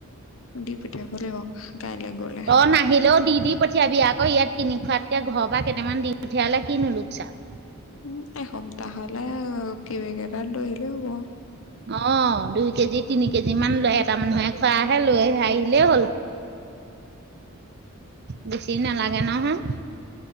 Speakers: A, on the left; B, on the right.
A: দি পঠিয়াব লাগিব। কাইলৈ গ'লে।
B: তই নাহিলেও দি দি পঠিয়াবি আকৌ ইয়াত কিনি খোৱাত এতিয়া ঘৰৰ পৰা কেইটামান দি পঠিয়ালে কি নো লোকচান?
A: উম এসপ্তাহ হলে কেৰিবেগ এটাত লৈ আহিলে হ'ব।
B: অ দুই কেজি তিনি কেজি মান লৈ এটা মানুহে খোৱহে লৈ আহিলেই হ'ল। বেছি নালাগে নহয়।